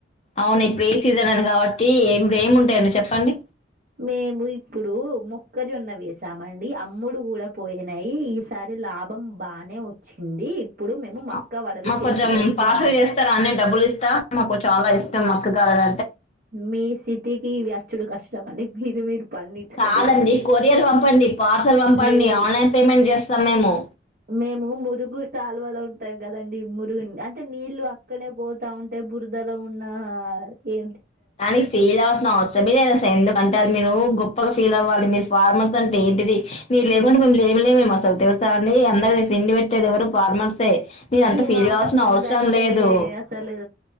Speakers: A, on the left; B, on the right.
A: అవునా ఇప్పుడు ఏ సీజనల్ కాబట్టి ఇప్పుడు ఏమి ఉంటాయండి చెప్పండి
B: మేము ఇప్పుడు మొక్కజొన్న వేసామండి అమ్ముడు గుడా పోయినాయ్ ఈసారి లాభం బానే వచ్చింది ఇప్పుడు మేము మక్క
A: ఆ
B: వడలు
A: మాకు
B: చేసుకొని
A: కొంచెం పార్సల్
B: గారెలు
A: చేస్తరా అండి డబ్బులు ఇస్తా మాకు చాలా ఇష్టం మా గారెల
B: మీ సిటీకి ఇవి అచ్చుడు కష్ మండి ప్లీజ్ మీరు పండించుకొని
A: కాదండి
B: తినండి
A: కొరియర్ పంపండి పార్సల్ పంపండి
B: లేదు
A: ఆన్లైన్ పేమెంట్ చేస్తాం మేము
B: మేము మురుగు కాలువలో ఉంటాం కదండి మురుగుని అంటే నీళ్లు అక్కడే పోతా ఉంటే బురదలో ఉన్నా ఏ
A: దానికి ఫీల్ అవ్వాల్సిన అవ్ అవసరమే లేదు అసలు ఎందుకంటే అది మీరు గొప్పగా ఫీల్ అవ్వాలి మీరు ఫార్మర్స్ అంటే ఏంటిది మీరు లేకుంటే మేము లేమ్ లేమేమో అసలు తెలుసా అండి అందరి తిండి పెట్టేది ఎవరు ఫార్మర్సే మీరంత
B: ఈ
A: ఫీల్
B: మాట
A: కావాల్సిన
B: ముందంటే
A: అవసరం లేదు
B: అసలు